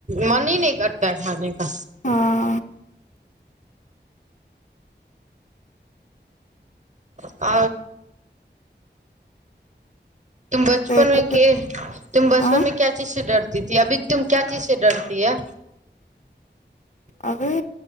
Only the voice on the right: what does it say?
منی نہیں کرتا ہے جان ا
آ تم بچپن
میں تم بچپن
میں کیا چیز سے ڈرتے جتیا بھی <inaudible> تم کیا چیز سے ڈرتی ہے